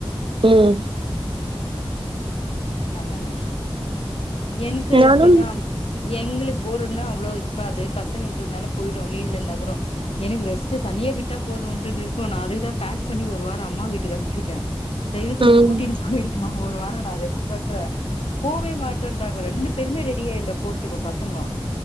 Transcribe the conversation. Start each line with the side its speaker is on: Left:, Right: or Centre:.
Right: ம்
Left: நல்ல விஷ்யோ என்கு
Right: நானும்
Left: அப்டிதா எங்களுக்கு போர்னா அவ்ளோ இருக்காது பசங்க இருக்கறதுனால போயிடு லீவ்ல இந்தா கூடோ எனக்கு ரெஸ்ட்டு தனியா விட்டா போதுன்டு இருக்கு நா அதுக்குதா பேக் பண்ணி ஒரு வாரோ அம்மா வீட்டுக்கு அனுப்ச்சு விட்ட தய்வு செஞ்சு
Right: ம்
Left: கூட்டிட்டு போயிடுமா ஒரு வாரோ நா ரெஸ் பண்ற போவே மாட்டேன்றாங்க ரெண்டு பேருமே ரெடியா இல்ல போறதுக்கு பசங்கோ